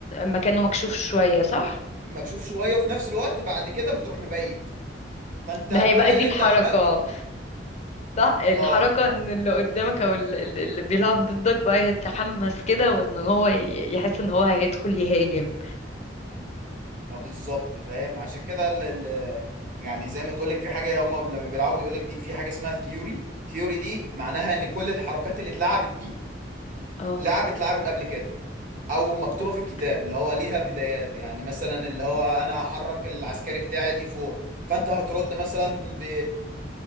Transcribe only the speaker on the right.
مكشوف شويه وفي نفس الوقت بعد كده بتروح مبيت فانت
كل
اللي
انت
عملته
اه
طب بالظبط فاهم عشان كده ال ال يعني زي ما تقولك في حاجة هما لما بيلعبوا يقولك دي في حاجة اسمها ثيوري ثيوري دي معناها ان كل الحركات اللي اتلعبت دي
لعبت لعبت قبل كده او مكتوبة
في الكتاب اللي هو ليها بدايات يعني مثلا اللي هو انا هحرك العسكري بتاعي الاي 4 فانت هترد مثلا ب